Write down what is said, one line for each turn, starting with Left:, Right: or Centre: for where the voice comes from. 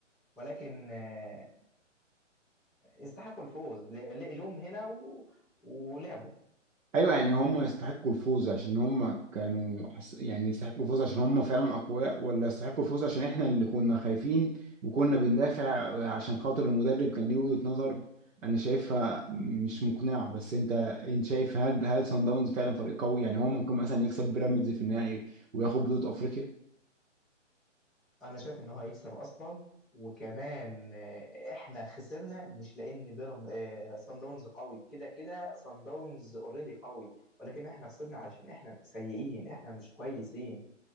Centre: ولكن آه، يستحقوا الفوز ل- جم هنا و... ولعبوا
Right: ايوه يعني هم يستحقوا الفوز عشان هم كانوا حس... يعني يستحقوا الفوز عشان هم فعلا اقوياء ولا يستحقوا الفوز عشان احنا اللي كنا خايفين وكنا بندافع عشان خاطر المدرب كان ليه وجهة نظر انا شايفها مش مقنعة بس انت انت شايف هل هل سان داونز فعلا فريق قوي يعني هو ممكن مثلا يكسب بيراميدز في النهائي وياخد بطولة افريقيا
Centre: انا شايف ان هو هيكسب اصلا وكمان آه، احنا خسرنا مش لان بيرم آه، صن داونز قوي كده كده صن داونز اوريدي قوي ولكن احنا خسرنا علشان احنا سيئين احنا مش كويسين